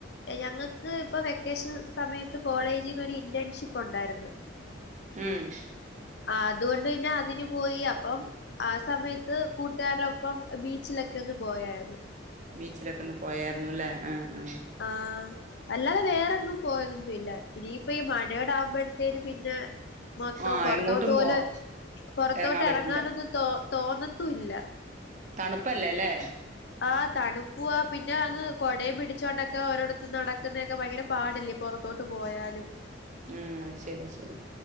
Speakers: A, on the left; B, on the right.
A: ഞങ്ങൾക്ക് ഇപ്പൊ വെക്കേഷൻ സമയത്ത് കോളേജിൽ ന്നൊരു ഇന്റേൺഷിപ്പ് ഉണ്ടായിര്ന്ന്.
B: ഉംഹ്.
A: ആഹ് അതുകൊണ്ട് പിന്നെ അതിന് പോയി അപ്പം. ആ സമയത്ത് കൂട്ടുകാരൊപ്പം ബീച്ചിലൊക്കെ ഒന്ന് പോയായിര്ന്നു.
B: ബീച്ചിലൊക്കെ ഒന്ന് പോയായിരുന്നുല്ലേ ആഹ് ആഹ്.
A: ആഹ്. അല്ലാതെ വേറെങ്ങും പോയതൊന്നുംല്ല. ഇനിയിപ്പ ഈ മഴോടെ ആകുമ്പോഴത്തേനും പിന്നെ. മൊത്തം
B: ആഹ്
A: പൊറത്തോട്ട്
B: എങ്ങോട്ടും
A: പോല്
B: പോവാ
A: പൊറത്തോട്ട്
B: എറങ്ങാൻ പറ്റില്ല
A: എറങ്ങാനൊന്നും തോ തോന്നത്തും ഇല്ല.
B: തണുപ്പല്ലേ ല്ലേ.
A: ആഹ് തണുപ്പൂവാ പിന്നെ അങ്ങ് കൊടയും പിടിച്ചോണ്ടൊക്കെ ഓരോട്ത്ത് നടക്കുന്നേക്ക ഭയങ്കര. പാടല്ലേ പൊറത്തോട്ട് പോയാലും.
B: ഉം അയ്ശരി അയ്ശരി.